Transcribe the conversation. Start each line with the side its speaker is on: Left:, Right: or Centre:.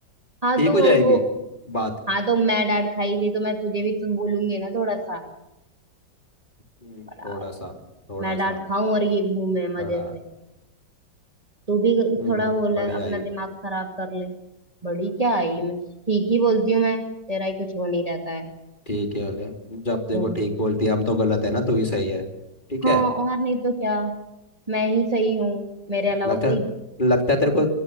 Right: हाँ
Left: ठीक
Right: तो
Left: हो जाएगी
Right: वो
Left: बात
Right: हाँ तो मैं डांट खाई थी तो मैं तुझे भी तो बोलूंगी ना थोड़ा सा
Left: हम्म,
Right: बड़ा
Left: थोड़ा सा थोड़ा
Right: मैं डांट
Left: सा
Right: खाऊं और ये घूमे
Left: बड़ा
Right: मजे से तू भी
Left: हम्म
Right: थोड़ा हो ले
Left: बढ़िया
Right: अपना
Left: ही
Right: दिमाग खराब कर ले बड़ी क्या आई मैं ठीक ही बोलती हूँ मैं तेरा ही कुछ वो नहीं रहता है
Left: ठीक है बोले जब देखो
Right: घूम
Left: ठीक बोलती है हम तो गलत है ना तू ही सही है ठीक
Right: हाँ
Left: है
Right: और नहीं तो क्या मैं ही सही हूँ मेरे अलावा
Left: लगता
Right: कोई
Left: लगता है तेरे को